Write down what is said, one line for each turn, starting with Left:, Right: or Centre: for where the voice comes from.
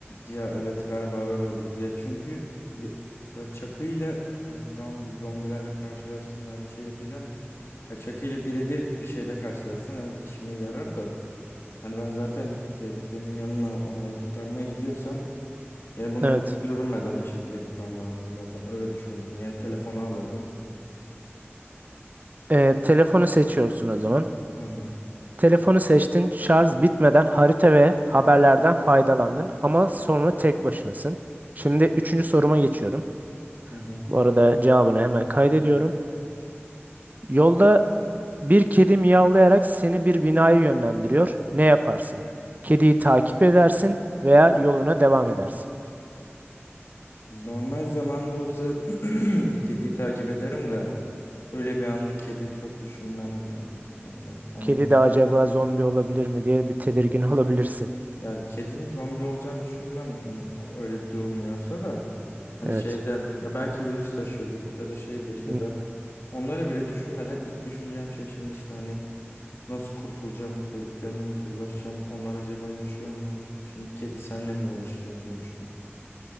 Left: Ya evet galiba öyle olurdu. Ya çünkü ya, böyle Chucky ile hani tamam bir zombilerle karşılaştığımda hani şey yapacağım da. Ya Chucky ile birebir bir şeyde karşılaşsam evet işime yarar da. Hani ben zaten sevdiklerimin yanına onları kurtarmaya gidiyorsam yani bunu
Right: Evet.
Left: görünmeden bir şekilde gitmem lazım zaten öyle düşündüm. Yani telefonu alırdım.
Right: Ee, telefonu seçiyorsun o zaman.
Left: Hı hı.
Right: Telefonu seçtin, şarj bitmeden harita ve haberlerden faydalandın ama sonra tek başınasın. Şimdi üçüncü soruma geçiyorum.
Left: Hı hı.
Right: Bu arada cevabını hemen kaydediyorum. Yolda bir kedi miyavlayarak seni bir binaya yönlendiriyor. Ne yaparsın? Kediyi takip edersin veya yoluna devam edersin.
Left: Normal zamanda olsa <clears throat> kediyi takip ederim de öyle bir anda kedi çok düşünmem ya büyük ihtimalle. Hani
Right: Kedi de acaba zombi olabilir mi diye bir tedirgin <laughs> olabilirsin.
Left: Ya kedinin zombi olacağını düşünmem. Hani öyle bir durmuyorsa da hani
Right: Evet.
Left: şeyden ya belki virüs taşıyordur ya da şeydir ya
Right: Hmm,
Left: da onları bile düşünmeden ilk düşüneceğim şey şimdi işte hani nasıl kurtulacağım, sevdiklerime nasıl ulaşacağım, onlar acaba yaşıyor mu? Şimdi kedi senle mi uğraşacağım diye düşünün.